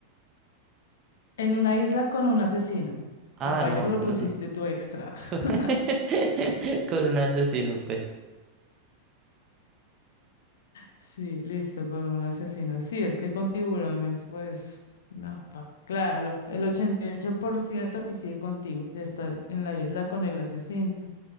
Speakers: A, on the left; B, on the right.
A: En una isla con un asesino.
B: Ah,
A: El payaso
B: no,
A: lo pusiste
B: no, no.
A: tú extra.
B: <laughs>
A: <laughs>
B: con un asesino, pues.
A: Sí, listo, con un asesino. Sí, es que con tiburones, pues, no. pa- Claro, el 88% coincide contigo de estar en la isla con el asesino.